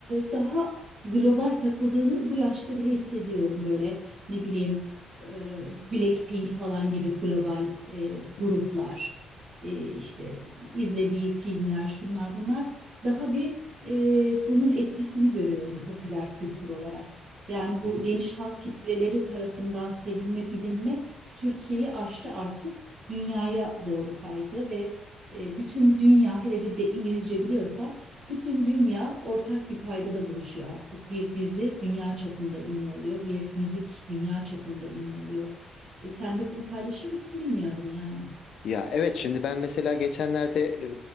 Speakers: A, on the right; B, on the left.
A: daha global takıldığını bu yaşta bile hissediyorum böyle ne bileyim e, Blackpink falan gibi global e,
B: hı
A: gruplar
B: hı,
A: e, işte izlediği filmler şunlar bunlar daha bir e, bunun etkisini görüyorum popüler kültür olarak. Yani bu
B: hı hı.
A: geniş halk kitleleri tarafından sevilme, bilinme Türkiye'yi aştı artık dünyaya doğru kaydı ve e, bütün dünya hele de bir de İngilizce biliyorsa bütün dünya ortak bir paydada buluşuyor artık. Bir dizi dünya çapında ünlü oluyor, bir müzik dünya çapında ünlü oluyor. E, sen de bunu paylaşır mısın bilmiyorum yani.
B: Ya evet şimdi ben mesela geçenlerde e,